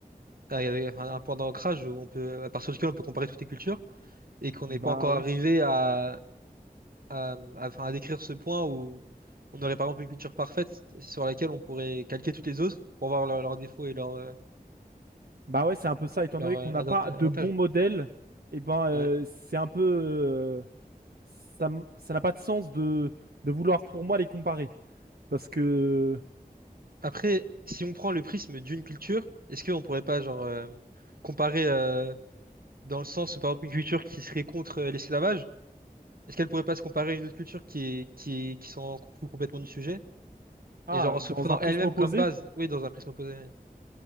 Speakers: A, on the right (about 70°); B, on the right (about 80°).
A: avec- enfin, un point d'ancrage où on peut, à partir duquel on peut comparer toutes les cultures et qu'on n'est
B: Donc,
A: pas
B: Bah
A: encore
B: oui.
A: arrivé à, à, à- enfin, à décrire ce point où on aurait par exemple une culture parfaite sur laquelle on pourrait calquer toutes les autres pour voir leurs leurs défauts et leurs euh,
B: Bah ouais, c'est un peu ça. Étant
A: leurs,
B: donné
A: euh,
B: qu'on n'a
A: advan-
B: pas
A: avantages.
B: de bons modèles, et ben, euh,
A: Ouais.
B: c'est un peu... euh, ça m- ça n'a pas de sens de, de vouloir pour moi les comparer. Parce que,
A: Après, si on prend le prisme d'une culture, est-ce qu'on pourrait pas genre euh, comparer euh, dans le sens où par exemple une culture qui serait contre euh, l'esclavage Est-ce qu'elle pourrait pas se comparer à une autre culture qui est, qui est- qui s'en fout complètement du sujet?
B: ah,
A: Et genre en se
B: dans
A: prenant
B: un prisme
A: elle-même
B: opposé,
A: comme base, oui, dans un prisme opposé. ouais.